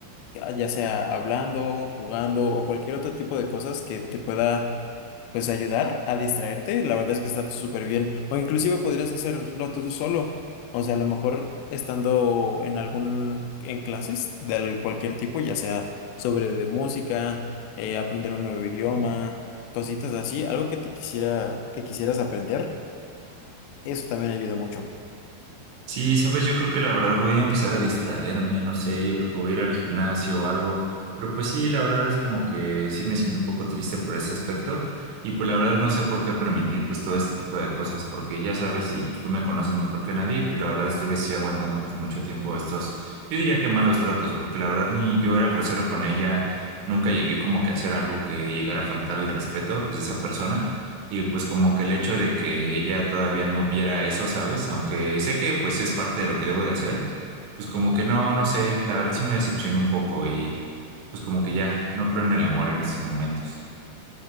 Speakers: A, on the left; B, on the right.
A: ya sea hablando, jugando o cualquier otro tipo de cosas que te pueda pues ayudar a distraerte, la verdad es que está súper bien. O inclusive podrías hacerlo tú solo. O sea, a lo mejor estando en algún, en clases de al- cualquier tipo, ya sea sobre de música, eh, aprender un nuevo idioma, cositas así, algo que te quisiera, que quisieras aprender, eso también ayuda mucho.
B: Sí, sabes, yo creo que la verdad voy a empezar a distraerme, no sé, yo creo que voy a ir al gimnasio o algo, pero pues sí, la verdad es como que sí me siento un poco triste por ese aspecto y pues la verdad no sé por qué permitir pues todo este tipo de cosas, porque ya sabes y pues tú me conoces mejor que nadie, y, pues la verdad estuve sí aguantando pues mucho tiempo estos, yo diría que malos tratos, porque la verdad ni yo era grosero con ella, nunca llegué como que a hacer algo que llegara a faltar el respeto pues de esa persona. Y pues como que el hecho de que ella todavía no viera eso, ¿sabes? Aunque sé que pues es parte de lo que debo de hacer, pues como que no, no sé, la verdad sí me decepcionó un poco y pues como que ya no creo en el amor en estos momentos.